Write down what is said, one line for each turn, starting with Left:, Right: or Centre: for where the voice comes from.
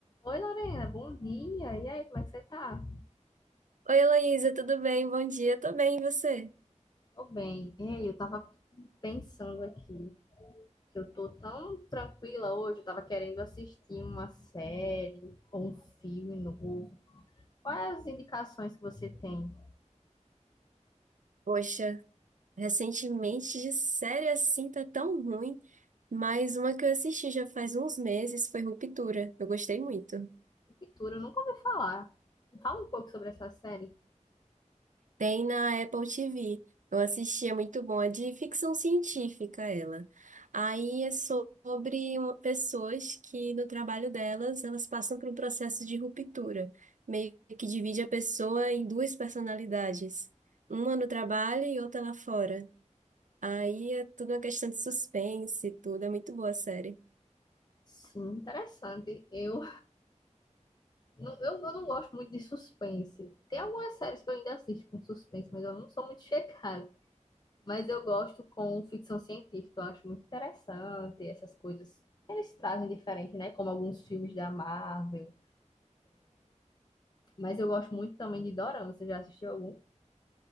Left: Oi, Lorena, bom dia. E aí, como é que você tá?
Right: Oi, Heloísa, tudo bem? Bom dia, tô bem, e você?
Left: Tô bem. Ei, eu tava pensando aqui que eu tô tão tranquila hoje, eu tava querendo assistir uma série ou um filme novo. Quais as indicações que você tem?
Right: Poxa, recentemente de série assim tá tão ruim, mas uma que eu assisti já faz uns meses foi Ruptura. Eu gostei muito.
Left: Ruptura, eu nunca ouvi falar. Fala um pouco sobre essa série.
Right: Tem na Apple TV. Eu assisti, é muito bom, é de ficção científica ela. Aí é sobre uma- pessoas que no trabalho delas, elas passam por um processo de ruptura, meio que divide a pessoa em duas personalidades. Uma no trabalho e outra lá fora. Aí é tudo uma questão de suspense e tudo. É muito boa a série.
Left: Sim, interessante. Eu <laughs> não, eu, eu não gosto muito de suspense. Tem algumas séries que eu ainda assisto com suspense, mas eu não sou muito <laughs> chegada. Mas eu gosto com ficção científica, eu acho muito interessante essas coisas que eles trazem diferente, né? Como alguns filmes da Marvel. Mas eu gosto muito também de Dorama. Você já assistiu algum?